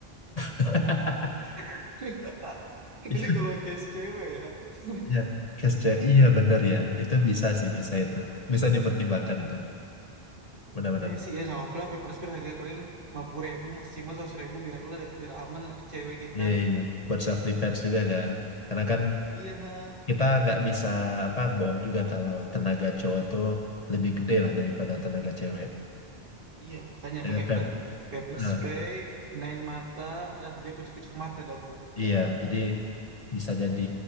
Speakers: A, on the left; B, on the right.
A: <laughs>
B: <laughs> Ini
A: Iya,
B: kalau case cewek ya. <laughs>
A: iya. Cash check. iya bener ya. Itu bisa sih, bisa itu. Bisa dipertimbangkan itu. Benar-benar.
B: Ya sih ya nggak apa-apa lah pepper spray harganya paling 50.000 ribu maksimal 100.000 ribu biarlah biar aman anak cewek kita.
A: Iya, iya. Buat self defense juga kan. Karena kan
B: Iya, ha.
A: kita nggak bisa apa bohong juga kalau tenaga cowok tuh lebih gede lah daripada tenaga cewek.
B: iya makanya
A: Eh,
B: pakai
A: pem,
B: pe- pepper
A: eh,
B: spray, kenain mata, dah dia kucek-kucek mata dah tuh.
A: iya, jadi bisa jadi